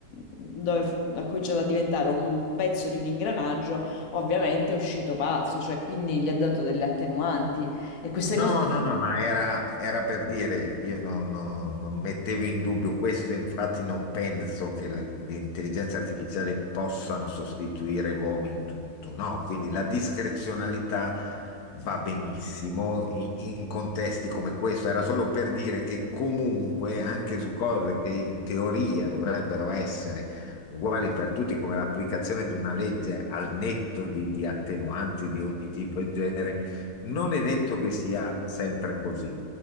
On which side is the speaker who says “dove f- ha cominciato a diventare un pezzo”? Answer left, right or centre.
Left